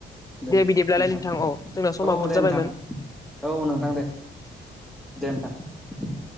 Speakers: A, in the centre; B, on the left.
A: दे
B: बिदिब्लालाय
A: नोंथां
B: औ जोंना समाबोथ'
A: औ दे
B: जाबायमोन
A: नोंथां औ नोंथां दे दे नोंथां